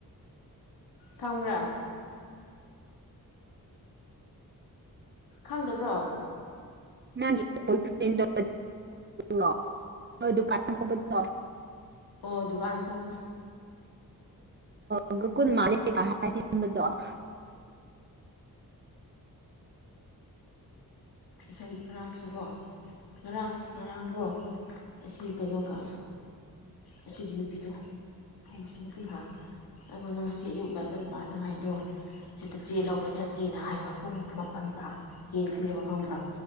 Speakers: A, on the left; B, on the right.
A: ꯈꯪꯕ꯭ꯔꯥ ꯈꯪꯗꯕ꯭ꯔꯣ
B: ꯃꯥꯒꯤ ꯐ꯭ꯔꯗ ꯂꯣꯑꯣ <inaudible> ꯗꯨꯀꯥꯟ ꯈꯕ ꯊꯣ <inaudible>
A: ꯑꯣ ꯗꯨꯀꯥꯟ ꯐꯝ
B: ꯑꯒꯒꯨꯜ ꯃꯥꯅꯤꯕꯗ <inaudible>
A: ꯏꯁꯩ ꯈꯔꯥꯡꯁꯨꯀꯣ ꯉꯔꯥꯡ ꯉꯔꯥꯡꯗꯣ ꯑꯁꯤ ꯀꯩꯅꯣꯒ ꯑꯁꯤꯒꯤ ꯅꯨꯄꯤꯗꯣ ꯃꯥꯏ ꯃꯆꯟꯅꯨꯄꯤꯒ ꯑꯩꯉꯣꯟꯗ ꯉꯁꯤ ꯑꯌꯨꯛ ꯕ ꯄꯅꯉꯥꯏꯗꯣ ꯁꯤꯗ ꯆꯦ ꯂꯧꯕ ꯆꯠꯁꯤꯅ ꯍꯥꯏꯕ ꯄꯨꯡ ꯄꯟ ꯀꯦꯟꯈ꯭ꯔꯦꯕ ꯈꯪꯕ꯭ꯔꯥ